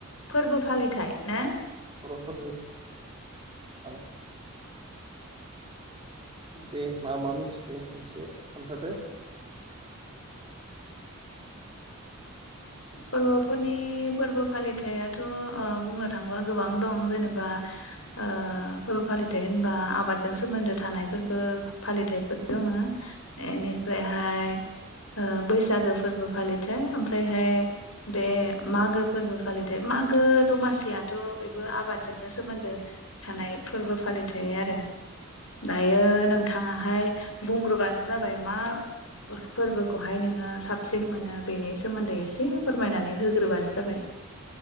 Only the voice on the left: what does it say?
फोरबो फालिथा थायना
बर'फोरनि फोरबो फालिथायाथ' ओ बुंनो थाङोबा गोबां दं जेनेबा ओ फोरबो फालिथाय होनबा आबादजों सोमोन्दो थानाय फोरबो फालिथायफोर दङ एनिफ्रायहाय ओ बैसागो फोरबो फालिथाय ओमफ्रायहाय बे मागो फोरबो फालिथाय मागो दमासियाथ' बेबो आबादजोंनो सोमोन्दो थानाय फोरबो फालिथाय आरो दायो नोंथाङाहाय बुंग्रोबानो जाबाय मा फोरबोखौहाय नोङो साबसिन मोनो बेनि सोमोन्दै एसे फोरमायनानै होग्रोबानो जाबाय